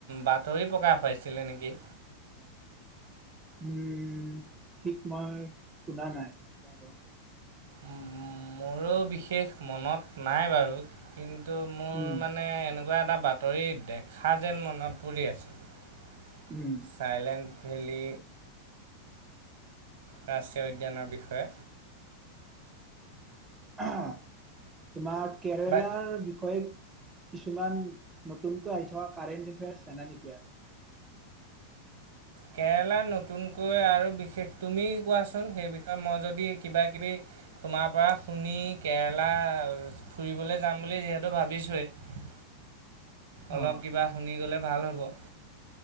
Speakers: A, on the right (about 60°); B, on the right (about 15°).
A: বাতৰি প্ৰকাশ পাইছিলে নেকি?
B: উম ঠিকমাৰ শুনা নাই বাৰু।
A: উ মোৰো বিশেষ মনত নাই বাৰু, কিন্তু ত' মোৰ
B: উম
A: মানে এনেকুৱা কিবা এটা বাতৰি দেখা যেন মনত পৰি আছিল
B: উম
A: চাইলেণ্ট। ভেলী ৰাষ্ট্ৰীয় উদ্যানৰ বিষয়ে
B: অ'! তোমাৰ কেৰেলাৰ
A: বা
B: বিষয়ে কিছুমান নতুনকৈ আহি থকা কাৰেণ্ট আফেয়াৰিচ জানা নেকি আৰু?
A: কেৰেলা নতুনকৈ আৰু বিশেষ তুমি কোৱাচোন সেই বিষয়ে? মই যদি কিবা কিবি তোমাৰ পৰা শুনি কেৰেলা ফুৰিবলৈ যাম বুলি যিহেতু ভাবিছোঁৱেই! অলপ
B: অ
A: কিবা শুনি গ'লে ভাল হ' <unintelligible>